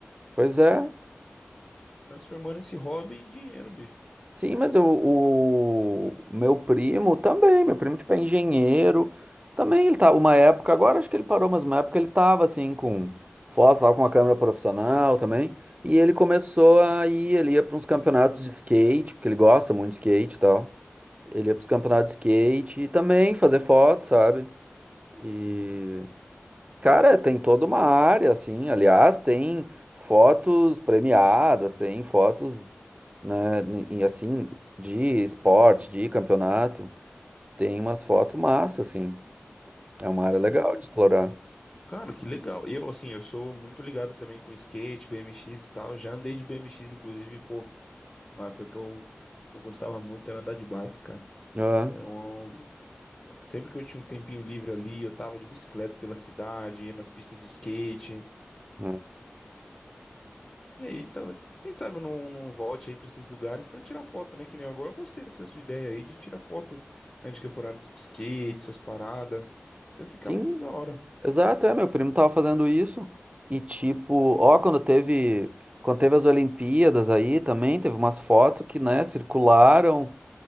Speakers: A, on the right; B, on the left.
A: Pois é.
B: Transformando esse hobby em dinheiro, bicho.
A: Sim, mas eu- o meu primo também, meu primo tipo é engenheiro, também ele tá uma época, agora acho que ele parou, mas uma época ele tava assim com foto, tava com uma câmera profissional também, e ele começou a ir, ele ia para uns campeonatos de skate, porque ele gosta muito de skate e tal. Ele ia para os campeonatos de skate e também fazer foto, sabe? E Cara, tem toda uma área, assim. Aliás, tem fotos premiadas, tem fotos, né, n- e assim, de esporte, de campeonato. Tem umas fotos massa, assim. É uma área legal
B: Uh,
A: de explorar.
B: cara, que legal. Eu, assim, eu sou muito ligado também com skate, BMX e tal. Já andei de BMX, inclusive, pô, uma época que eu, que eu gostava muito era andar de bike, cara.
A: Ah,
B: Era um... Sempre que eu tinha um tempinho livre ali, eu tava de bicicleta pela cidade, ia nas pistas de skate.
A: né.
B: E aí, talvez. Quem sabe eu não, não volte aí pra esses lugares pra tirar foto, né? Que nem agora. Eu gostei dessa sua ideia aí de tirar foto, né, de campeonato de skate, essas paradas. Deve ficar
A: Sim,
B: muito da hora.
A: exato. É, meu primo tava fazendo isso. E tipo, ó, quando teve, quando teve as Olimpíadas aí também, teve umas fotos que, né, circularam.